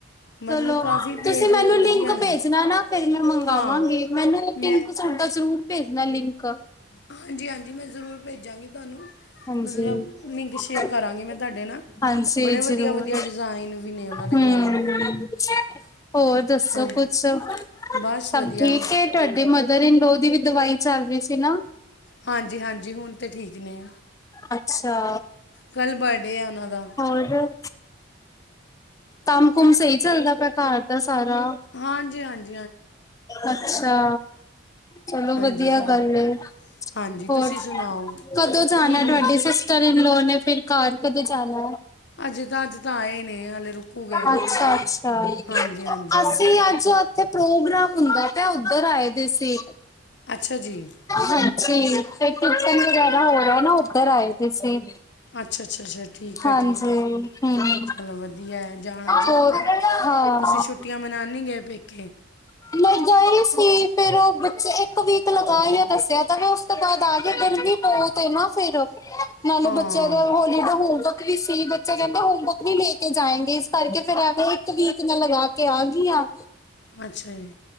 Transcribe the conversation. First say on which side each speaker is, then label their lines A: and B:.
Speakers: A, on the left; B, on the left.
A: ਮਤਲਬ
B: ਚਲੋ
A: ਕਾਫੀ ਪੇਜ
B: ਤੁਸੀਂ ਮੈਨੂੰ
A: ਵਧੀਆ
B: ਲਿੰਕ
A: ਨੇ
B: ਭੇਜਨਾ ਨਾ ਫਿਰ ਮੈਂ ਮੰਗਾਵਾਂਗੀ
A: ਹਾਂ
B: ਮੈਨੂੰ ਇਕ
A: ਮੈਂ
B: ਪਿੰਕ ਸੂਟ ਦਾ ਜਰੂਰ ਭੇਜਨਾ ਲਿੰਕ।
A: ਹਾਂਜੀ ਹਾਂਜੀ ਮੈਂ ਜ਼ਰੂਰ ਭੇਜਾਂਗੀ ਤੁਹਾਨੂੰ।
B: ਹਾਂਜੀ-ਹਾਂਜੀ
A: ਮਤਲਬ ਲਿੰਕ ਸ਼ੇਅਰ ਕਰਾਂਗੀ ਮੈਂ ਤੁਹਾਡੇ ਨਾਲ ਬੜੇ
B: ਜ਼ਰੂਰ
A: ਵਧੀਆ ਵਧੀਆ ਡਿਜ਼ਾਈਨ ਵੀ ਨੇ ਉਹਨਾਂ ਦੇ
B: ਹੂੰ,
A: ਕੋਲ
B: ਹੋਰ ਦੱਸੋ
A: ਹਾਂਜੀ
B: ਕੁਛ ਸਭ
A: ਬਸ ਵਧੀਆ
B: ਠੀਕ ਹੈ? ਤੁਹਾ ਮੇਰੀ ਮਦਰਇਨਲੋ ਦੀ ਵੀ ਦਵਾਈ ਚੱਲ ਰਹੀ ਸੀ ਨਾ।
A: ਹਾਂਜੀ-ਹਾਂਜੀ ਹੁਣ ਤੇ ਠੀਕ ਨੇ।
B: ਅੱਛਾ।
A: ਕੱਲ ਬ ਥਡੇ ਉਹਨਾਂ ਦਾ,
B: ਹੋਰ ਕੰਮ ਕੁੰਮ ਸਹੀ ਚਲਦਾ ਪਿਆ ਘਰ ਦਾ ਸਾਰਾ
A: ਹਾਂਜੀ-ਹਾਂਜੀ,
B: ਅੱਛਾ ਚਲੋ
A: ਹਾਂਜੀ
B: ਵਧੀਆ
A: ਸਭ
B: ਗੱਲ ਏ
A: ਹਾਂਜੀ
B: ਹੋਰ
A: ਤੁਸੀਂ ਸੁਣਾਓ
B: ਕਦੋ ਜਾਨਾ
A: ਕੀ ਬਣਾ
B: ਤੁਹਾਡੀ ਸਿਸਟਰ? ਦੀਦੀ ਹੋਰ ਨੇ ਫਿਰ ਘਰ ਕਦੋਂ ਜਾਣਾ?
A: ਅਜੇ ਤਾਂ ਅੱਜ ਤਾਂ ਆਏ ਨੇ ਹਾਲੇ ਰੁਕੂਗੇ
B: ਅੱਛਾ-ਅੱਛਾ
A: ਹਾਂਜੀ ਹਾਂਜੀ
B: ਅਸੀਂ ਅੱਜ ਤੇ ਪ੍ਰੋਗਰਾਮ ਹੁੰਦਾ ਪਿਆ ਉਧਰ ਆਏ ਦੇ ਸੀ।
A: ਅੱਛਾ ਜੀ
B: ਹਾਂਜੀ ਤੇ <inaudible> ਹੋਰ ਨਾ ਉੱਧਰ ਆਏ ਦੇ ਸੀ।
A: ਅੱਛਾ ਅੱਛਾ ਅੱਛਾ ਠੀਕ
B: ਹਾਂਜੀ
A: ਹੈ ਠੀਕ ਹੈ।
B: ਹੂੰ
A: ਚਲੋ ਵਧੀਆ ਹੈ ਜਾਣਾ ਚਾਹੀਦਾ
B: ਹੋਰ ਹਾਂ
A: ਤੁਸੀਂ ਛੁੱਟੀਆਂ ਮਨਾਉਣ ਨਹੀਂ ਗੲ ਪੇਕੇ
B: ਮੈ ਗਈ ਸੀ ਫਿਰ ਉਹ ਬੱਚੇ ਇੱਕ ਵੀਕ ਲਗਾ ਲੇਆ ਦੱਸਿਆ ਤਾਂ ਵੇ ਉਸ ਤੋਂ ਬਾਅਦ ਆ ਗਏ ਦਿਨ ਵੀ ਬਹੁਤ ਨਾ ਫਿਰ। ਨਾਲੇ
A: ਹਾਂ
B: ਬੱਚਿਆਂ ਦਾ ਹੋਲੀਡੇ ਹੋਮਵਰਕ ਵੀ ਸੀ ਬੱਚੇ ਕਹਿੰਦੇ ਹੋਮਵਰਕ ਨੀ ਲੇ ਕੇ ਜਾਏਂਗੇ। ਇਸ ਕਰਕੇ ਫਿਰ ਐਵੇਂ ਇੱਕ ਵੀਕ ਮੈ ਲਗਾ ਕੇ ਆਗੀ ਆਂ।
A: ਅੱਛਾ ਜੀ।